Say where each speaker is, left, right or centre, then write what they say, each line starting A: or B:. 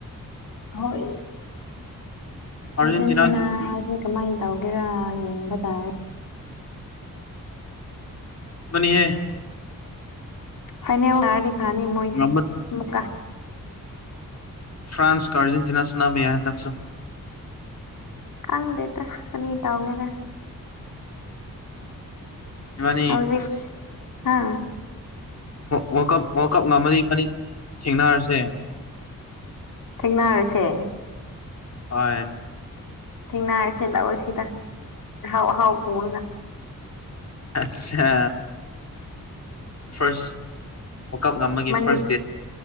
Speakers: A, on the left; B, on the left.
A: ꯍꯣꯏ ꯑꯔꯖꯦꯟꯇꯤꯅꯥꯁꯤ
B: ꯑꯥꯔꯖꯦꯟꯇꯤꯅꯥ
A: ꯀꯃꯥꯏꯅ ꯇꯧꯒꯦꯔꯥ ꯌꯦꯡꯕ ꯇꯥꯔꯦ
B: ꯃꯅꯤꯑꯦ
A: ꯐꯥꯏꯅꯦꯜ ꯊꯥꯔꯗꯤ ꯐꯥꯅꯤ ꯃꯣꯏꯁꯦ
B: ꯉꯝꯕ
A: ꯑꯃꯨꯛꯀꯥ
B: ꯐ꯭ꯔꯥꯟꯁꯀ ꯑꯥꯔꯖꯦꯟꯇꯤꯅꯥ ꯁꯅꯥꯕ ꯌꯥꯏ ꯍꯟꯗꯛꯁꯨ
A: ꯈꯪꯗꯦꯇ ꯀꯔꯤ ꯇꯧꯒꯦꯔꯥ
B: ꯏꯕꯥꯅꯤ
A: ꯍꯧꯖꯤꯛ ꯍꯥ
B: ꯋꯥꯔꯜ ꯀꯞ ꯋꯥꯔꯜ ꯀꯞ ꯉꯝꯃꯗꯤ ꯏꯕꯥꯅꯤ ꯊꯦꯡꯅꯥꯔꯁꯦ
A: ꯊꯦꯡꯅꯥꯔꯁꯦ
B: ꯍꯣꯏ
A: ꯊꯦꯡꯅꯥꯔꯁꯦ ꯂꯥꯑꯣ ꯁꯤꯗ ꯑꯍꯥꯎ ꯑꯍꯥꯎ ꯄꯨꯔꯒ
B: ꯑꯠꯁꯥ ꯐꯔꯁ ꯋꯥꯀꯞ ꯉꯝꯕꯒꯤ
A: ꯃꯅꯤ
B: ꯐꯥꯔꯁ ꯗꯦꯠ